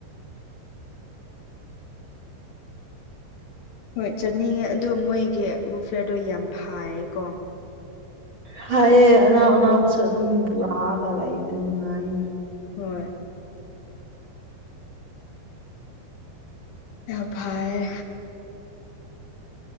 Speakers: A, on the left; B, on the right.
A: ꯍꯣꯏ ꯆꯠꯅꯤꯡꯉꯦ ꯑꯗꯣ ꯃꯣꯏꯒꯤ ꯕꯨꯛ ꯐꯤꯌꯔꯗꯣ ꯌꯥꯝ ꯐꯥꯏꯌꯦꯀꯣ
B: ꯐꯩꯌꯦ ꯑꯅꯧ ꯑꯅꯧꯕꯁꯨ ꯑꯗꯨꯝ ꯄꯨꯔꯛꯑꯒ ꯂꯩꯕꯗꯣ ꯅꯨꯡꯉꯥꯏꯌꯦ
A: ꯍꯣꯏ ꯌꯥꯝ ꯐꯥꯏꯌꯦ